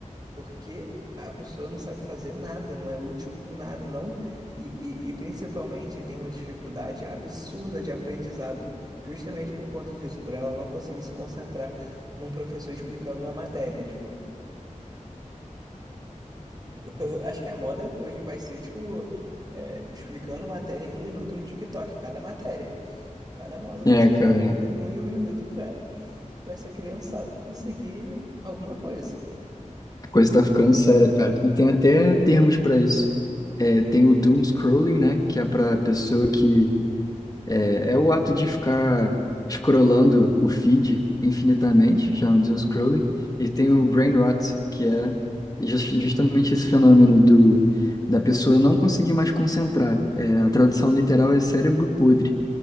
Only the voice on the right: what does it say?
Porque a pessoa não sabe fazer nada, não é útil com nada, não. E, e, e, principalmente tem uma dificuldade absurda de aprendizado, justamente por conta disso, por ela não conseguir se concentrar num professor explicando a matéria. Tipo, <laughs> acho que a moda hoje vai ser, tipo, é, explicando matéria em um minuto no TikTok, cada matéria. Cada módulo
você
vai em um, um em um minuto para para essa criançada conseguir alguma coisa.
Uhum.